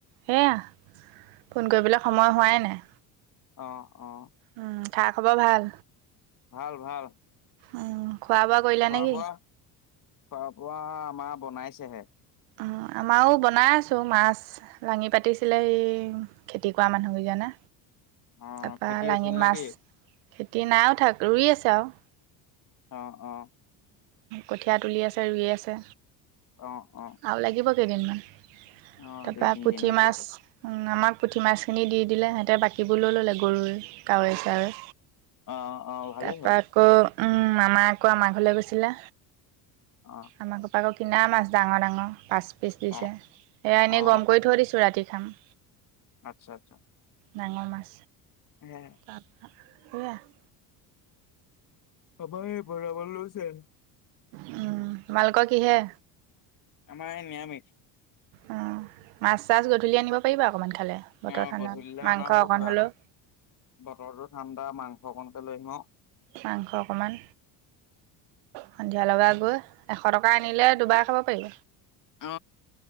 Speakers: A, on the right; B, on the left.
A: সেয়া। ফোন কৰিবলৈ সময় হোৱাই নাই।
B: অ অ।
A: উম খা খাব ভাল?
B: ভাল ভাল
A: উম খোৱা বোৱা কৰিলা
B: খোৱা
A: নেকি
B: বোৱা, খোৱা বোৱা আমাৰ বনাইছেহে।
A: অ'হ, আমাৰো বনাই আছো মাছ। লাঙি পাতিছিলে, এই খেতি কৰা মানুহকেইজনে
B: অ
A: তাৰপৰা
B: খেতি
A: লাঙিত
B: উঠিল নেকি
A: মাছ, খেতি নাই উঠা, ৰুই আছে আৰু।
B: অ অ।
A: কঠীয়া তুলি আছে ৰুই আছে।
B: অ অ।
A: আৰু লাগিব কেইদিনমান,
B: অ
A: তাৰপা
B: দুই তিনিদিন
A: পুঠি
B: লাগিব
A: মাছ।
B: চাগে
A: উম' আমাক পুঠি মাছখিনি দি দিলে, সিহঁতে বাকীবোৰ লৈ ল'লে গৰৈ। কাৱৈ-চাৱৈ
B: অ অ ভালেই
A: তাৰপৰা।
B: হ'ল
A: আকৌ উম' মামা আকৌ আমাৰ ঘৰলে গৈছিলে,
B: অ
A: আমাৰ ঘৰৰ পৰা আকৌ কিনা মাছ ডাঙৰ-ডাঙৰ পাঁচ পিচ দিছে,
B: অ
A: সেইয়া এনেই
B: অ
A: গৰম কৰি থৈ দিছোঁ, ৰাতি খাম।
B: আচ্ছা-আচ্ছা।
A: ডাঙৰ মাছ
B: সেইয়া
A: তাৰপা সেইয়া। <unintelligible>
B: অ, ভাত এই বনাৱ লৈছে আৰু।
A: উম' তোমালোকৰ কিহে?
B: আমাৰ এ নিৰামিষ।
A: অ, মাছ-চাছ গধূলি আনিব পাৰিবা অকণমান খালে। বতৰ
B: অ,
A: ঠাণ্ডা
B: গধূলিলে
A: মাংস
B: অনা হ'ব
A: অকণ
B: কিবা
A: হ'লেও
B: এটা, বতৰটোও ঠাণ্ডা মাংস অকণকে লৈ আহিম আৰু।
A: মাংস অকণমান। সন্ধিয়া লগাই গৈ, এশ টকা আনিলে, দুবাৰ খাব পাৰিব।
B: অ,